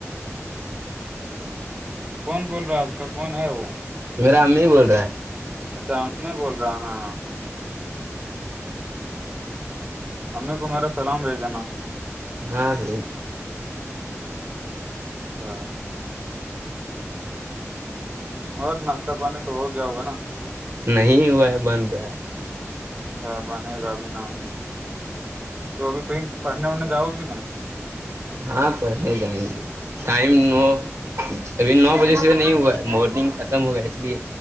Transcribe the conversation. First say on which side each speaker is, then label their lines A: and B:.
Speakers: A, on the right; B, on the right.
A: کون بول رہا آپ کا کون ہے وہ
B: میرا امی بول رہا ہے
A: اچھا امی بول رہا ہے نا امی کو میرا سلام بیج دینا
B: ہاں جی
A: اچھا اور ناشتہ پانی تو ہو گیا ہوگا نا
B: نہیں ہوا ہے بن رہا ہے
A: اچھا بنے گابی نا تو ابھی کہیں پڑھنے وڑھنے جاؤ گی نہیں
B: ہاں پڑھنے جائیں گے ٹائم نو ابھی نو بجے سے نہیں ہوا ہے مارننگ ختم ہو گیا ہے اس لیے